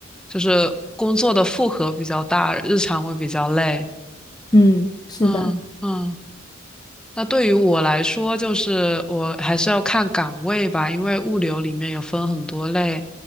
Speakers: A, in the centre; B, on the left (about 20°).
A: 就是工作的负荷比较大，日常会比较累。
B: 嗯，是的。
A: 嗯嗯。那对于我来说，就是我还是要看岗位吧，因为物流里面有分很多类，